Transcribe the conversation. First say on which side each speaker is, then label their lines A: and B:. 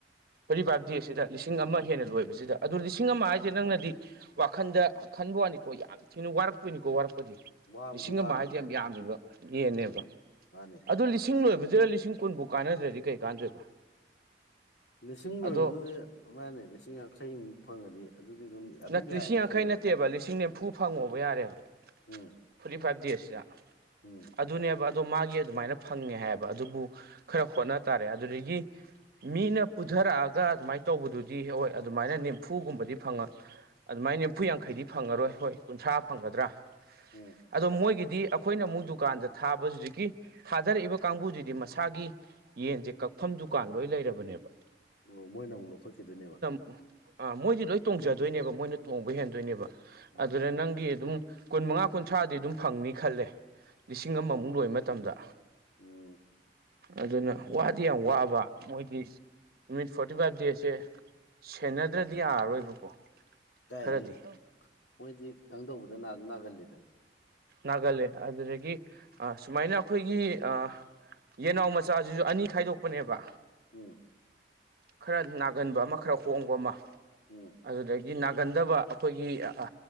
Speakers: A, on the right; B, on the left.
A: ꯐꯔꯤꯐꯥꯏꯕ ꯗꯦꯁꯤꯗ ꯂꯤꯁꯤꯡ ꯑꯃ ꯍꯦꯟꯅ ꯂꯣꯏꯕꯁꯤꯗ ꯑꯗꯨ ꯂꯤꯁꯤꯡ ꯑꯃ ꯍꯥꯏꯖꯦ ꯅꯪꯅꯗꯤ ꯋꯥꯈꯟꯗ ꯈꯟꯕ ꯋꯥꯅꯤꯀꯣ ꯌꯥꯝ ꯊꯤꯅ ꯋꯥꯔꯛꯇꯣꯏꯅꯤꯀꯣ ꯋꯥꯔꯛꯄꯗꯤ
B: ꯋꯥꯕꯨꯗꯤ
A: ꯂꯤꯁꯤꯡ
B: ꯋꯥꯅꯤ
A: ꯑꯃ ꯍꯥꯏꯖ
B: ꯀꯥꯏꯗ
A: ꯌꯥꯝ ꯌꯥꯝꯃꯤꯕ ꯌꯦꯟꯅꯦꯕ
B: ꯎꯝ ꯃꯥꯅꯦ
A: ꯑꯗꯨ ꯂꯤꯁꯤꯡ ꯂꯤꯁꯤꯡ ꯂꯣꯏꯕꯖꯤꯗ ꯂꯤꯁꯤꯡ ꯀꯨꯟꯕꯨꯛ ꯀꯥꯟꯅꯗ꯭ꯔꯗꯤ ꯀꯩ ꯀꯥꯟꯗꯣꯏꯕ
B: ꯂꯤꯁꯤꯡ
A: ꯑꯗꯣ
B: ꯂꯣꯏꯕꯗꯨꯗꯤ ꯃꯥꯟꯅꯦ ꯂꯤꯁꯤꯡ ꯌꯥꯡꯈꯩꯃꯨꯛ ꯐꯪꯉꯗꯤ ꯑꯗꯨꯗꯤ ꯑꯗꯨꯝ ꯑꯗꯨꯝ
A: ꯅꯠꯇꯦ
B: ꯌꯥꯏꯌꯦꯅ
A: ꯂꯤꯁꯤꯡ ꯌꯥꯡꯈꯩ
B: ꯈꯜꯂꯤꯗ
A: ꯅꯠꯇꯦꯕ ꯂꯤꯁꯤꯡ ꯅꯤꯝꯐꯨ ꯐꯪꯉꯣꯕ ꯌꯥꯔꯦꯕ
B: ꯎꯝ
A: ꯐꯣꯔꯇꯤ ꯐꯥꯏꯚ ꯗꯦꯁ ꯁꯤꯗ ꯑꯥ
B: ꯎꯝ
A: ꯑꯗꯨꯅꯦꯕ ꯑꯗꯣ ꯃꯥꯒꯤ ꯑꯗꯨꯃꯥꯏꯅ ꯐꯪꯉꯦ ꯍꯥꯏꯑꯦꯕ ꯑꯗꯨꯕꯨ ꯈꯔ ꯍꯣꯠꯅ ꯇꯥꯔꯦ ꯑꯗꯨꯗꯒꯤ ꯃꯤꯅ ꯄꯨꯗꯥꯔꯛꯑꯒ ꯑꯗꯨꯃꯥꯏꯅ ꯇꯧꯕꯗꯨꯗꯤ ꯍ ꯍꯣꯏ ꯑꯗꯨꯃꯥꯏꯅ ꯅꯤꯝꯐꯨꯒꯨꯝꯕꯗꯤ ꯐꯪꯉ ꯑꯗꯨꯃꯥꯏꯅ ꯅꯤꯐꯨ ꯌꯥꯡꯈꯩꯗꯤ ꯐꯪꯉꯥꯔꯣꯏ ꯍꯣꯏ ꯀꯨꯟꯊ꯭ꯔꯥ ꯐꯪꯒꯗ꯭ꯔꯥ
B: ꯎꯝ
A: ꯑꯗꯣ ꯃꯣꯏꯒꯤꯗꯤ ꯑꯈꯣꯏꯅ ꯑꯃꯨꯛ ꯗꯨꯀꯥꯟꯗ ꯊꯥꯕ ꯍꯧꯖꯤꯛꯀꯤ ꯊꯥꯗꯔꯛꯏꯕ ꯀꯥꯡꯕꯨꯁꯤꯗꯤ ꯃꯁꯥꯒꯤ ꯌꯦꯟꯖꯦ ꯀꯛꯐꯝ ꯗꯨꯀꯥꯟ ꯂꯣꯏ ꯂꯩꯔꯕꯅꯦꯕ
B: ꯑꯣ ꯃꯣꯏꯅ ꯑꯃꯨꯛ ꯂꯧꯈꯠꯈꯤꯗꯣꯏꯅꯦꯕ
A: ꯑꯥ ꯃꯣꯏꯖꯤ ꯂꯣꯏ ꯇꯣꯡꯖꯗꯣꯏꯅꯦꯕ ꯃꯣꯏꯅ ꯇꯣꯡꯕ ꯍꯦꯟꯗꯣꯏꯅꯦꯕ
B: ꯎꯝ
A: ꯑꯗꯨꯗ ꯅꯪꯒꯤ ꯑꯗꯨꯝ ꯀꯨꯟꯃꯉꯥ ꯀꯨꯟꯊ꯭ꯔꯥꯗꯤ ꯑꯗꯨꯝ ꯐꯪꯅꯤ ꯈꯜꯂꯦ ꯂꯤꯁꯤꯡ ꯑꯃꯃꯨꯛ ꯂꯣꯏꯕ ꯃꯇꯝꯗ
B: ꯎꯝ
A: ꯑꯗꯨꯅ ꯋꯥꯗꯤ ꯌꯥꯝ ꯋꯥꯕ ꯃꯣꯏꯒꯤ ꯅꯨꯃꯤꯠ ꯐꯣꯔꯇꯤ ꯐꯥꯏꯚ ꯗꯦꯁꯁꯦ ꯁꯦꯟꯅꯗ꯭ꯔꯗꯤ ꯌꯥꯔꯔꯣꯏꯕꯀꯣ
B: ꯀꯥꯏ
A: ꯈꯔꯗꯤ
B: ꯃꯣꯏꯗꯤ ꯇꯪ ꯇꯧꯕꯗ ꯅꯥꯖꯨ ꯅꯥꯒꯜꯂꯤꯗꯅ
A: ꯅꯥꯒꯜꯂꯦ ꯑꯗꯨꯗꯒꯤ ꯑ ꯁꯨꯃꯥꯏꯅ ꯑꯩꯈꯣꯏꯒꯤ ꯑ ꯌꯦꯅꯥꯎ ꯃꯆꯥꯖꯤꯖꯨ ꯑꯅꯤ ꯈꯥꯏꯗꯣꯛꯄꯅꯦꯕ
B: ꯎꯝ
A: ꯈꯔꯥ ꯅꯥꯒꯟꯕ ꯑꯃ ꯈꯔ ꯍꯣꯡꯕ ꯑꯃ
B: ꯎꯝ
A: ꯑꯗꯨꯗꯒꯤ ꯅꯥꯒꯟꯗꯕ ꯑꯩꯈꯣꯏꯒꯤ ꯑ